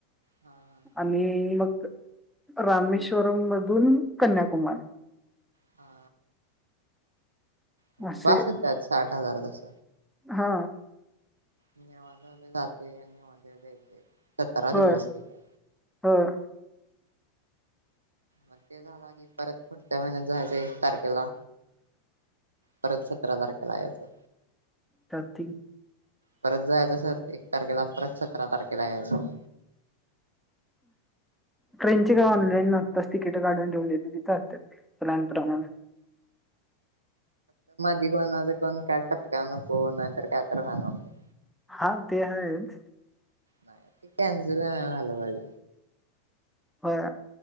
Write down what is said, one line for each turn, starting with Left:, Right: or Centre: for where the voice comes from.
Right: हा हा
Centre: आणि मग रामेश्वरम मधून कन्याकुमारी
Right: हा म्हणजे
Centre: असे
Right: बसेल त्यात साठ हजार तस
Centre: हा
Right: अ म अे मध्येेत <inaudible> सतरा
Centre: होय
Right: दिवसचा
Centre: होय
Right: मग ते झालं की परत प - <inaudible> तारखेला परत सतरा तारखेला यायचं
Centre: चालते
Right: परत जायचं अस एक तारखेला परत सतरा तारखेला यायचं
Centre: ट्रेनची का ऑनलाईनतस तिकिट काढून ठेवन येते ति असतात प्रण प्रमाण
Right: कोण कोण काय टपकायला नको नाहीतर काय तर व्हायला नको
Centre: हा ते हच
Right: नाही कनसल हलज
Centre: हो